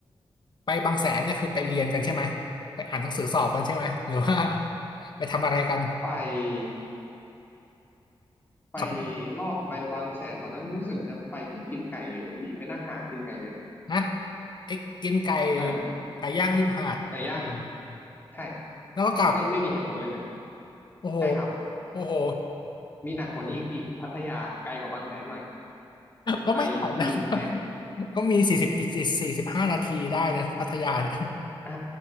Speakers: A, on the left (about 50°); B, on the left (about 20°).
A: ไปบางแสนเนี่ยคือไปเรียนกันใช่ไหมไปอ่านหนังสือสอบกันใช่ไหมหรือว่า <laughs> ไปทำอะไรกัน
B: ไปไป
A: ขับรถ
B: รอบไปบางแสนตอนนั้นรู้สึกจะไปแค่กินไก่เหลืองดิไปนั่งหากินไก่เหลือง
A: นะไอ้กินไก่
B: อ่า
A: ไก่ย่างริมหาดแล้วเดิน
B: ไก่ย่างใช่
A: แล้วก็กลับ
B: ไม่ไม่มีเหตุผลเลยเลย
A: โอ้โห
B: ใช่ครับ
A: โอ้โห
B: มีหนักกว่านี้อีกพี่พัทยาไกลกว่าบางแสนหน่อย
A: ก็ไม่หน่อยนะ
B: ไปกินแม็ก
A: <laughs> ก็มีสี่สิบอีกสี่สิบห้านาทีได้นะพัทยาเนี่ย
B: อ่า